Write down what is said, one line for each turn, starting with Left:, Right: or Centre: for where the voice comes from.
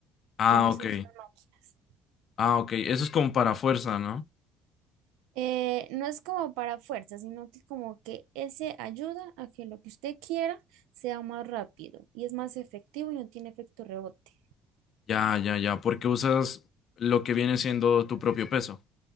Left: Ah,
Right: que no
Left: ok.
Right: se usan máquinas.
Left: Ah, ok. Eso es como para fuerza, ¿no?
Right: Eh, no es como para fuerza, sino que como que ese ayuda a que lo que usted quiera sea más rápido y es más efectivo y no tiene efecto rebote.
Left: Ya, ya, ya. Porque usas lo que viene siendo tu propio peso.